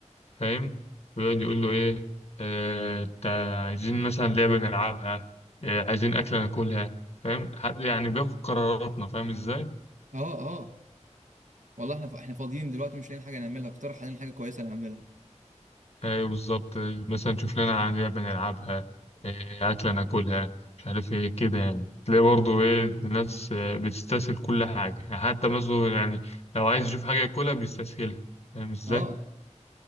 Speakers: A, on the left; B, on the right.
A: فاهم ويقعد يقول له ايه آه، تع- عايزين مثلا لعبة نلعبها آه، عايزين أكلة ناكلها فاهم ح- يعني بياخد قراراتنا فاهم ازاي
B: اه اه والله احنا ف- احنا فاضيين دلوقتي مش لاقيين حاجه نعملها اقترح علينا حاجه كويسه نعملها
A: ايوه بالظبط آه، مثلا شوف لنا عن لعبة نلعبها آه، أكلة ناكلها مش عارف ايه كده يعني تلاقي برضه ايه الناس آه، بتستسهل كل حاجة يعني حتى مثلا يعني لو عايز يشوف حاجة ياكلها بيستسهلها فاهم ازاي
B: اه